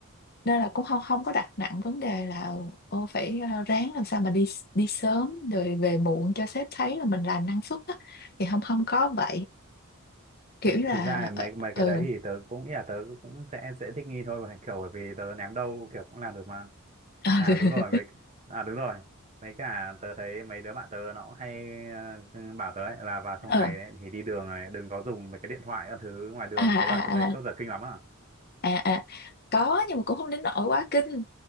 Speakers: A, on the left; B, on the right.
A: nên là cũng không không có đặt nặng vấn đề là ô phải ờ, ráng làm sao mà đi đi sớm rồi về muộn cho sếp thấy là mình làm năng suất á thì không không có vậy kiểu
B: thực,
A: là
B: thực ra thì
A: ờ
B: mấy mấy
A: ừ,
B: cái đấy thì tớ cũng nghĩ là tớ cũng sẽ sẽ thích nghi thôi mà kiểu bởi vì tớ ném đâu kiểu cũng làm được mà
A: <laughs>
B: à đúng rồi với à đúng rồi với cả tớ thấy mấy đứa bạn tớ nó cũng hay ờ, ừ, bảo tớ ấy, là vào trong
A: ờ
B: này ấy, thì đi đường này đừng có dùng mấy cái điện thoại các thứ ngoài đường
A: à, à,
B: thấy vào trong đấy cướp
A: à,
B: giật kinh lắm à
A: à, à. có nhưng mà cũng không đến nỗi quá kinh